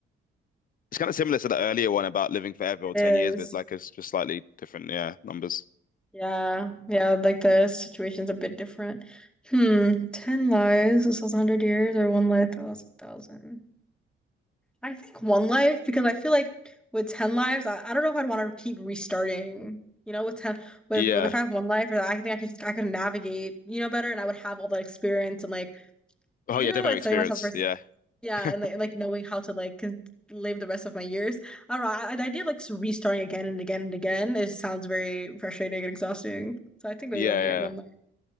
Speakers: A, on the left; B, in the centre.
A: It's kind of similar to the earlier one about living forever
B: It
A: or 10
B: is.
A: years, but it's like it's just slightly different, yeah, numbers.
B: Yeah. Yeah, like the situation's a bit different. Hmm. Ten lives, this was one hundred years, or one life that lasts a thousand. I think one life because I feel like with 10 lives, I, I don't know if I'd want to keep restarting. You know, with 10 with
A: Yeah.
B: but if I have one life or that, I think I could I could navigate, you know, better and I would have all that experience and like,
A: Oh
B: you
A: yeah,
B: know,
A: definitely
B: and setting
A: experience.
B: myself for s-
A: Yeah.
B: yeah,
A: <laughs>
B: and like, and, like knowing how to like con live the rest of my years. I don't know. I, the idea of like s- restarting again and again and again, it sounds very frustrating and exhausting. So I think maybe
A: Yeah,
B: one year,
A: yeah.
B: one life.